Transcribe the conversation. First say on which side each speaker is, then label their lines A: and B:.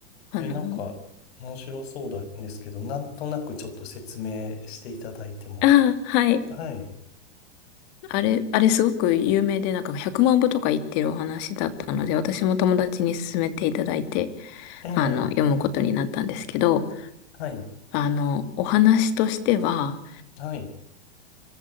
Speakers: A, on the left; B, on the left.
A: あの、
B: え、なんか、面白そうなんですけど、なんとなくちょっと説明していただいても。
A: あ、はい。
B: はい。
A: あれ、あれすごく有名で、なんか100万部とか言ってるお話だったので、私も友達に勧めていただいて、
B: え
A: あの、読むことになったんですけど、
B: え、はい、
A: あの、お話としては、
B: はい、